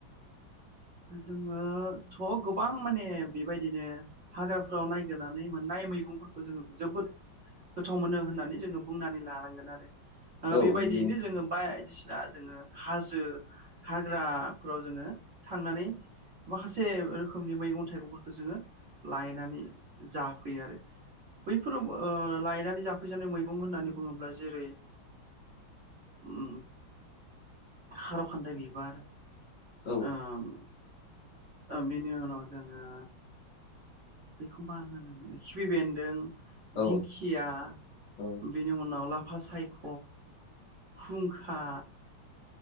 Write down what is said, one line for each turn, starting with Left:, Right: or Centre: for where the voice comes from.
Right: जोङोथ' गोबां माने बेबायदिनो हाग्राफोराव नायगिरनानै मोननाय मैगंफोरखौ जोङो जोबोद गोथाव मोनो होननानै जोङो बुंनानै लानांगोन आरो
Left: औ
Right: बेबायदियैनो
Left: नंगौ नोंथां।
Right: जोङो बायदिसिना जोङो हाजो हाग्राफोराव जोङो थांनानै माखासे रोखोमनि मैगं थाइगंफोरखौ जोङो लायनानै जाफैयो आरो बैफोराव लायनानै जाफैजानाय मैगं होननानै बुङोब्ला जेरै उ खारौ खान्दाइ बिबार
Left: औ
Right: ओं ओ बेनि उनाव जोङो बेखौ मा होनो खिबि बेन्दों
Left: औ
Right: दिंखि खिया
Left: औ
Right: बेनि उनाव लाफा सायख' खुंखा